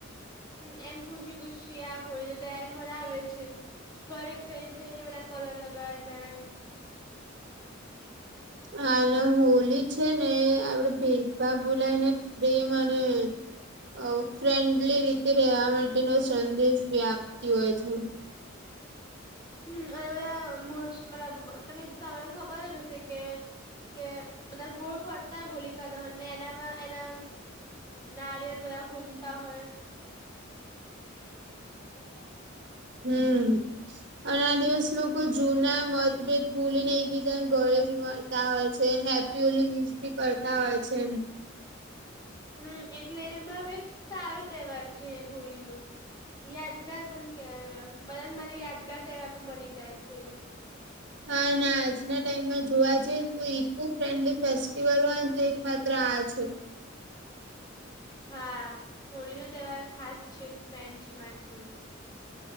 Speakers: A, on the left; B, on the right.
A: હમ એમ ખુશી ખુશી આ હોળી નો તહેવાર મનાવે છે. ઘરે જઈ જઈ ને બધા કલર લગાવા જાય.
B: હ અને હોળી છે ને આપડે ભેદભાવ ભૂલાય ને પ્રેમ અને. અ ફ્રેન્ડલી રીતે રહેવા માટેનો સંદેશ ભી આપતી હોય છે.
A: હમ અને બધા મર મબ તમે તને ખબર જ હશે કે. કે બધા ગોળ ફરતા હોલિકા દહન ને એનામાં એના. નારિયળ બધા ઘુમ. તા હોય. <unintelligible>
B: હમ અને
A: હમ
B: આ દિવસ લોકો જૂના મતભેદ ભૂલીને એકબીજાના ગળે. મળતા હોય છે હેપ્પી હોલી વિશ ભી કરતા હોય છે.
A: હમ એટલે મતલબ એક સારો તહેવાર છે હોળી નો. યાદગાર પણ કેવાય બધાને મારે યાદગાર તવા પણ બની જાય છે એ.
B: હા આજના ટાઈમમાં જોવા જઈએ તો ઈકો ફ્રેન્ડલી ફેસ્ટિવલમાં જ એક માત્ર આ છે.
A: હા હોળી નો તહેવાર ખાસ છે ફ્રેન્ડસ માટે પણ.